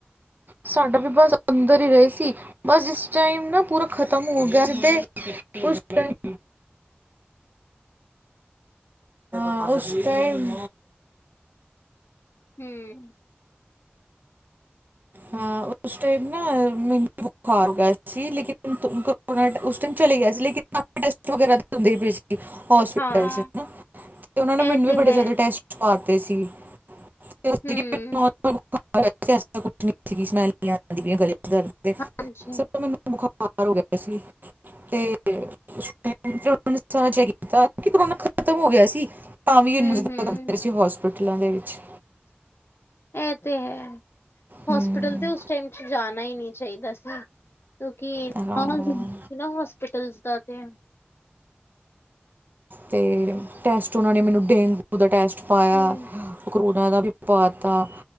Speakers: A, on the right (about 50°); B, on the left (about 80°).
A: ਸਾਡਾ ਵੀ ਬਸ ਅੰਦਰ ਹੀ ਰਹੇ ਸੀ, ਬਸ ਜਿਸ ਟਾਈਮ ਨਾ ਪੂਰਾ ਖਤਮ ਹੋ ਗਿਆ, ਜਿੱਦੇ ਉਸ ਟਾਈਮ ਹਾਂ, ਉਸ ਟਾਈਮ
B: ਹੂੰ।
A: ਹਾਂ ਉਸ ਟਾਈਮ ਨਾ ਮੈਨੂੰ ਬੁਖਾਰ ਗਿਆ ਸੀ, ਲੇਕਿਨ <inaudible> ਉਸ ਟੈਮ ਚਲੇ ਗਿਆ ਸੀ, ਲੇਕਿਨ ਕਾਫੀ ਟੈਸਟ ਵਗੈਰਾ ਦੀ ਹੁੰਦੀ ਪਈ ਸੀ। ਹੋਸਪਿਟਲ
B: ਹਾਂ।
A: ਚ ਨਾ ਤੇ ਓਨਾਂ ਨੇ, ਮੈਨੂੰ
B: ਇਹ ਤੇ
A: ਵੀ
B: ਹੈ।
A: ਬੜੇ ਜੈਦਾ ਟੈਸਟ ਪਵਾਤੇ ਸੀ। <unintelligible>
B: ਹੂੰ,
A: ਨੋਰਮਲ ਬੁਖਾਰ ਹੋਇਆ ਸੀ, ਐਸਾ ਕੁਛ ਨੀ ਸੀ ਸਮੈਲ ਨੀ ਆਦੀ ਪੀ ਯਾ ਗਲੇ ਚ ਦਰਦ ਦੇ
B: ਹਾਂਜੀ।
A: ਸਗੋਂ ਮੈਨੂੰ ਬੁਖਾਰ ਹੋ ਗਿਆ ਸੀ। ਤੇ <unintelligible> ਸਾਰਾ ਚੈੱਕ ਕੀਤਾ, ਕਿ ਕਰੋਨਾ ਖਤਮ ਹੋ ਗਿਆ ਸੀ। ਤਾਂ ਵੀ
B: ਹੂੰ-ਹੂੰ,
A: ਇਨੀ ਜਿਦਾ ਹੂੰਦੇ ਸੀ, ਹੋਸਪਿਟਲਾਂ ਦੇ ਵਿੱਚ।
B: ਐ ਤੇ ਹੈ ਹੋਸਪਿਟਲ
A: ਹਮ,
B: ਤੇ ਉਸ ਟਾਈਮ ਚ ਜਾਣਾ ਹੀ ਨਹੀਂ ਚਾਹੀਦਾ ਸੀ। ਕਿਉਂ ਕਿ
A: ਹਾਂ
B: <unintelligible> ਨਾ ਹੋਸਪਿਟਲ ਦਾ ਤੇ।
A: ਤੇ ਟੈਸਟ ਓਹਨਾਂ ਨੇ ਮੈਨੂੰ ਡੇਂਗੂ ਦਾ ਟੈਸਟ ਪਾਇਆ।
B: ਹੂੰ,
A: ਕਰੋਨਾ ਦਾ ਵੀ ਪਾਤਾ,